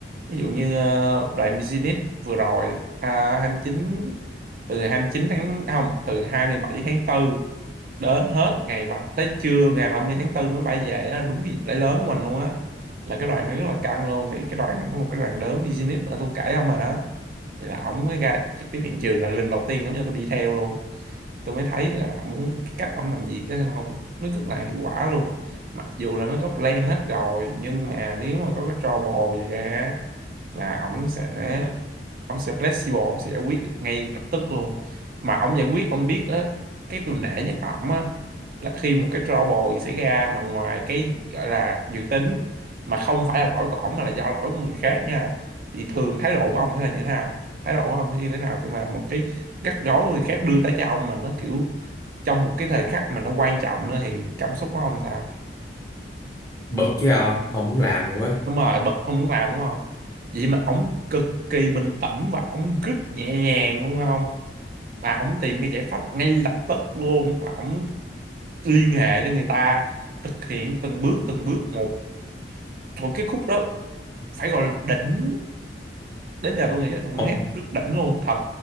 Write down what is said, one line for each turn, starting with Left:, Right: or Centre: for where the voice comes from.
Right: ví dụ như ờ, đoàn business vừa rồi à, hai mươi chín từ ngày chín tháng không từ 27 tháng tư đến hết ngày ba tới trưa ngày 30 tháng tư mới bay về á, đúng cái dịp lễ lớn của mình luôn á là cái đoàn nó rất là căng luôn thì cái đoàn có một cái đoàn lớn business nữa tôi kể ông rồi đó thì là ổng mới ra trực tiếp hiện trường là lần đầu tiên ổng cho tôi đi theo luôn tôi mới thấy là ổng cái cách ổng làm việc á, không nó rất là hiệu quả luôn mặc dù là nó có plan hết rồi nhưng mà nếu mà có cái trouble gì ra á, là ổng sẽ ông sẽ flexible ông sẽ giải quyết được ngay lập tức luôn mà ông giải quyết ông biết á cái tôi nể nhất ổng á là khi một cái trouble xảy ra mà ngoài cái gọi là dự tính mà không phải là lỗi của ổng mà là do lỗi của người khác nha thì thường thái độ của ông sẽ là như thế nào thái độ của ông sẽ như thế nào khi mà một cái rắc rối của người khác đưa tới cho ông mà nó kiểu trong một cái thời khắc mà nó quan trọng nữa thì cảm xúc của ông sao
Left: bực với ông không muốn làm luôn á
Right: đúng rồi bật không muốn làm đúng không vậy mà ổng cực kỳ bình tĩnh và ổng rất nhẹ nhàng đúng không mà ổng tìm cái giải pháp ngay lập tức luôn và ổng liên hệ với người ta thực hiện từng bước từng bước một thôi cái khúc đó phải gọi là đỉnh đến giờ tôi nghĩ là tôi vẫn
Left: ông
Right: thấy rất đỉnh luôn thật